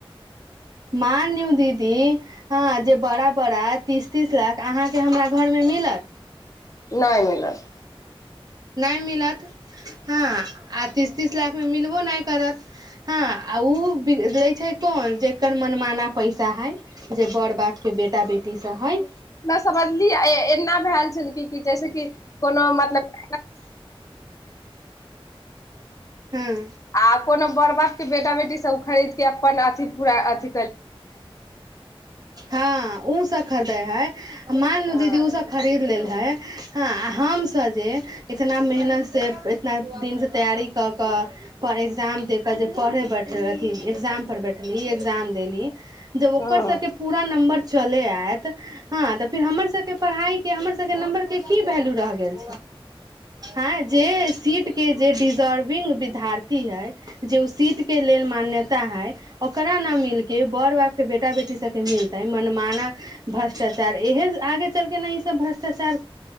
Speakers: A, on the right; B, on the left.
A: मान लिओ दीदी हँ जे बड़ा बड़ा तीस तीस लाख अहाँके हमरा घरमे मिलत
B: नहि मिलत।
A: नहि मिलत हँ तीस तीस लाखमे मिलबो नहि करत हँ आर उ लै छै कोन जकर मनमाना पैसा हइ। जे बड़ बापके बेटा बेटीस हइ।
B: ना समझलियै एना भैल छलै कि जैसेकि कोनो मतलब <inaudible>
A: हुं।
B: आ कोनो बॅड़ बाप के बेटा बेटी सब ओ खरीद के अपन अथि पूरा अथि
A: हां उ सब खरदै है मानलू
B: हँ
A: दीदी उसब खरीद लेल है हां आ हमसब जे इतना मेहनत से इतना दिन से तैयारी क कऽ पर एग्जाम दे जे पड़े बैठ अथी एक्जाम पर बैठली एक्जाम देली जब ओकर
B: हँ
A: सबके पुरा नम्बर चले आयत। हां तऽ फेर हमरसबके पड़हाइ के हमरसब के नम्बर के की वैल्यू रह गेल। आइ जे सीट के जे डीजर्विंग विधार्थी है जे ओ सीट के लेल मान्यता है ओकरा न मिल केे बड़ बापके बेटा बेटी सके मिलतै मनमाना भ्रष्टाचार इहे आगे चलके न इ सब भ्रष्टाचार